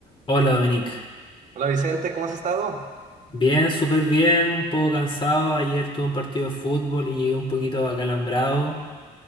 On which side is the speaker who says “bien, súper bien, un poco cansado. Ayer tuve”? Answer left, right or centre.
Left